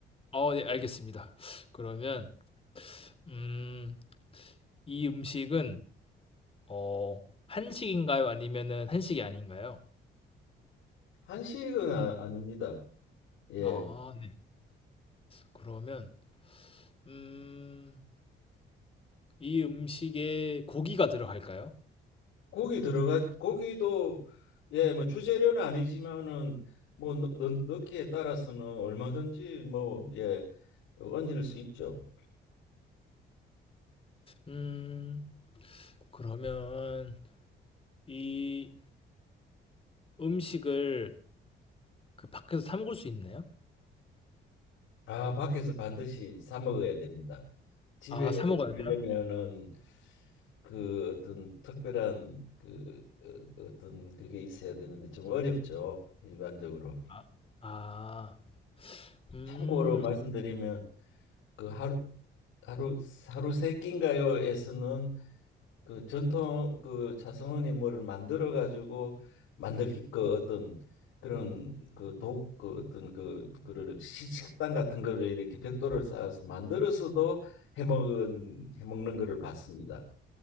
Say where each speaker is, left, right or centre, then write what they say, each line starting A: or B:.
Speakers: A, on the left (about 30°); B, on the left (about 85°).
A: 어 네 알겠습니다. 그러면 음 이 음식은 어 한식인가요? 아니면은 한식이 아닌가요?
B: 한식은 아, 닙니다 예.
A: 아 네. 그러면 음 이 음식에 고기가 들어갈까요?
B: 고기 들어가 고기도 예, 뭐 주재료는 아니지만은 뭐 넣, 넣, 넣기에 따라서는 얼마든지 뭐 예, 얹을 수 있죠.
A: 음 그러면 이 음식을 그 밖에서 사 먹을 수 있나요?
B: 아, 밖에서 반드시 사 먹어야 됩니다. 집에
A: 아 사 먹어야
B: 하려면은
A: 돼요?
B: 그 어떤 특별한 그 어, 어떤 그게 있어야 되는데 좀 어렵죠. 일반적으로.
A: 아. 아. 음.
B: 참고로 말씀드리면 그 하루 하루 하루 세 끼인가요에서는 그 전통 그 자성어니 뭐를 만들어 가지고 만들 그 어떤 그런 그 독 그 어떤 그 그를 시- 식당 같은 거를 이렇게 벽돌을 쌓아서 만들어서도 해먹은 해먹는 거를 봤습니다.